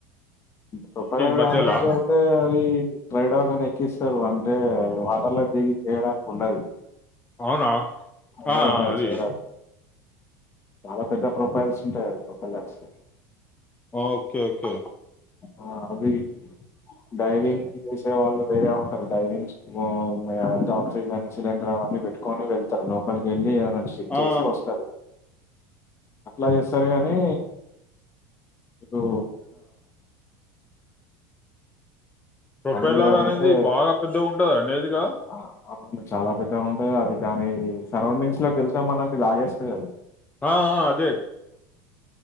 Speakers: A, on the left; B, on the left.
A: ప్రొపైలరు
B: మధ్యలా
A: డ్యామేజ్ అవుతే అది డ్రైడాగ్ అని ఎక్కిస్తరు వన్ తే వాటర్ల దిగి చేయడానికి ఉండదు
B: అవునా
A: ఉండదు
B: ఆ
A: ఉండదు
B: అది
A: చేయరాదు చాలా పెద్ద ప్రొపైల్స్ ఉంటాయి ప్రొఫైల్ప్స్
B: ఓకే ఓకే
A: ఆ అవి డైనింగ్ చేసే వాళ్ళు వేరే ఉన్ డైనింగ్స్ ఊ ఆక్సిజన్ సిలిండర్ అవన్నీ పెట్టుకొని వెళ్తరు లోపలికి ఎళ్ళి మకు చెక్
B: ఆ
A: చేసి వస్తారు అట్ల చేస్తరు గానీ ఇప్పుడు
B: ప్రొఫైలర్
A: మామూలుగానైతే
B: అనేది బాగా పెద్దగా ఉంటదండి ఏదిగా
A: ఆ, అవును చాలా పెద్దగా ఉంటది అది దాని సరౌండింగ్స్ లోకి ఎళ్తాం మనది లాగేస్తది అది
B: ఆ ఆ అదే